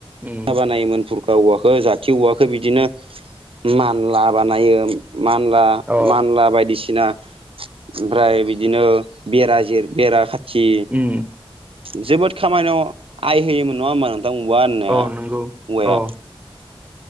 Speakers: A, on the right; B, on the right.
A: उम
B: बानायोमोन का औवाखौ जाथि औवाखौ बिदिनो मानला बानायो मानला
A: अ
B: मानला बायदिसिना ओमफ्राय बिदि बिदिनो बेरा जिर बेरा खाथि
A: उम
B: जोबोद खामानियाव आइ होयोमोन नङा होमबा नोंथां औवा होननाया
A: अ
B: औवाया
A: नंगौ अ